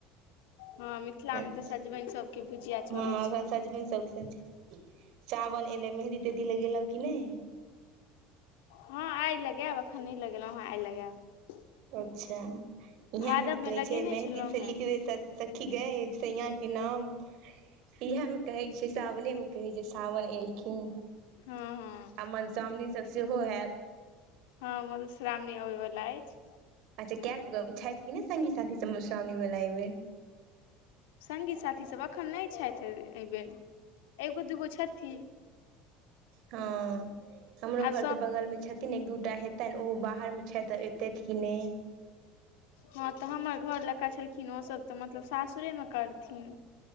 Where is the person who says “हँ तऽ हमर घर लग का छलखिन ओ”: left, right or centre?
Left